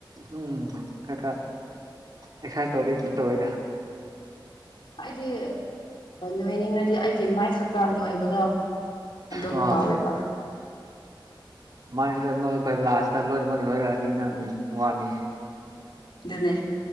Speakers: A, on the right; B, on the left.
A: ꯎꯝ ꯈꯔ ꯈꯔ ꯑꯦꯛꯁꯔꯁꯥꯏꯁ ꯇꯧꯔꯦ ꯀꯩꯅꯣ ꯇꯧꯔꯦꯗ
B: ꯑꯩꯗꯤ ꯅꯣꯏꯅꯤꯡꯅꯗꯤ ꯑꯩꯒꯤ ꯃꯥꯏ ꯈꯛꯇꯥꯡ ꯅꯣꯏꯕꯗꯣ ꯑꯗꯨꯝ
A: ꯑꯥ
B: ꯀꯧꯋꯦꯕ
A: ꯃꯥꯥꯏꯛꯇ ꯅꯣꯏ ꯐ ꯂꯥꯁꯇ ꯂꯣꯏꯔꯃ ꯅꯣꯏꯔꯛꯑꯗꯤ ꯅꯪ ꯋꯥꯅꯤ
B: ꯑꯗꯨꯅꯦ